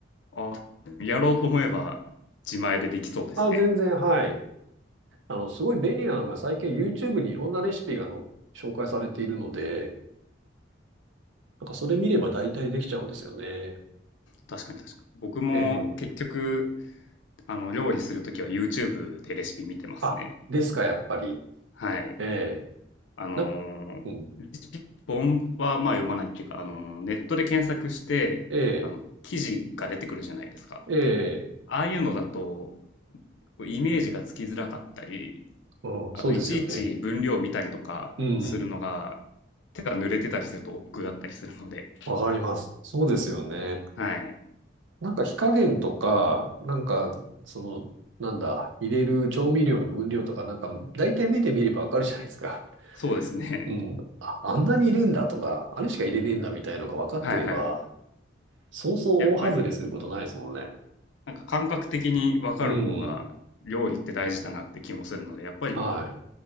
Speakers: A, on the left; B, on the right.
A: あ、やろうと思えば自前でできそうですね。
B: あ、全然、はい。あの、すごい便利なのが最近 YouTube にいろんなレシピがの紹介されているので、なんかそれ見れば大体できちゃうんですよね。
A: 確かに確かに。僕も結局、
B: ええ
A: あの、料理するときは YouTube でレシピ見てますね。
B: あ、ですか、やっぱり。
A: はい。
B: ええ
A: あのレシピ本はまあ読まないっていうか、
B: な、うん。
A: あのネットで検索して、
B: ええ
A: あの記事が出てくるじゃないですか。
B: ええ
A: ああいうのだとイメージがつきづらかったり、
B: うん、
A: あといちいち分量を見たりとかするのが
B: そうですよね。うん。
A: 手が濡れてたりすると億劫だったりするので、
B: わかります。そうですよね。
A: はい、
B: なんか火加減とか、なんか、その、なんだ、入れる調味料の分量とか、なんか、大体目で見ればわかるじゃないですか。
A: そうですね。
B: うん。あ、あんなに入れんだとか、あれしか入れねえんだみたいのが分かってれば、
A: <laughs> はいはい。
B: そうそう大外れすることないですもんね。
A: やっぱりなんか感覚的に分かる方が料理って大事だなって気もするので、
B: うん。
A: やっぱり
B: はい。